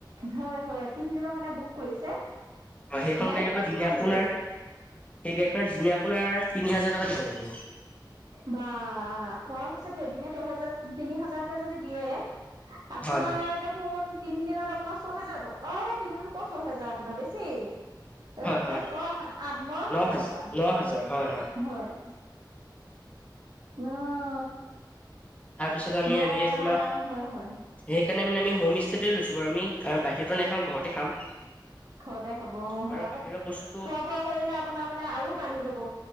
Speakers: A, on the right; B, on the left.
A: হয় হয় তিনিদিনৰ কাৰণে বুক কৰিছে
B: হয় সেইখন
A: গাড়ীখনত
B: গাড়ী আকৌ দিনে
A: কিমান
B: আপোনাৰ
A: দিব লাগিব?
B: সেই গাড়ীখনত দিনে আপোনাৰ তিনি হাজাৰ টকা দিব লাগিব।
A: বা খৰচ আছে দে দিনে তেহেজাৰ তিনি হাজাৰকে যদি দিয়ে আপোনাৰ
B: হয় হয়
A: দেখোন তিন দিনত আপোনাৰ ছহেজাৰ ত অ', তিনদিনত কত ছয়হেজাৰ আপোনাৰ বেছি তাৰপিছত
B: হয়
A: পিতাই
B: হয়
A: ছয় আঠ ন হাজাৰ
B: হাজ
A: টকা
B: ন হাজাৰ হয়
A: হয় ন
B: তাৰপিছত আমি
A: নাই
B: এনেকে কৰিম‌ আও
A: হয় হয়
B: সেইকাৰণে মানে আমি হোমষ্টেতে লৈছো বাৰু আমি আৰু বাহিৰতো নাখাও ঘৰতে খাম।
A: ঘৰতে খাব অ
B: আৰু
A: হয় আকৌ
B: বাহিৰৰ বস্তুটো
A: খোৱা বোৱা কৰিলে আপোনাৰ মানে আৰু বাঢ়ি যাব।